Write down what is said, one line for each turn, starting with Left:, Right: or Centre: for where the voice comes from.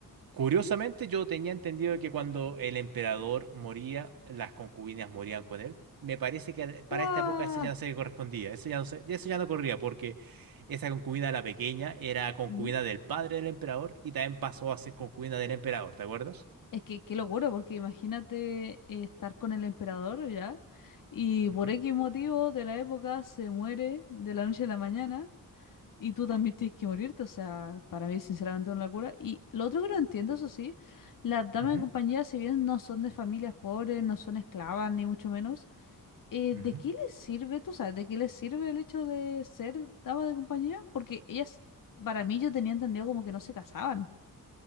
Right: Curiosamente, yo tenía entendido que cuando el emperador moría, las concubinas morían con él. Me parece que al- para
Left: ¡Guau!
Right: esta época eso ya no se correspondía, eso ya no se- eso ya no corría, porque esa concubina, la pequeña, era concubina
Left: Mm.
Right: del padre del emperador y también pasó a ser concubina del emperador, ¿te acuerdas?
Left: Es que qué locura, porque imagínate eh, estar con el emperador ya, y
Right: Ujú,
Left: por X motivo de la época se muere de la noche a la mañana, y tú también tienes que morirte, o sea, para mí es sinceramente una locura. Y lo otro que no entiendo, eso sí, las damas
Right: ujú,
Left: de compañía, si bien no son de familias pobres, no son esclavas, ni mucho menos, eh,
Right: ujú.
Left: ¿de qué les sirve, tú sabes, de qué les sirve el hecho de ser damas de compañía? Porque ellas, para mí yo tenía entendido como que no se casaban.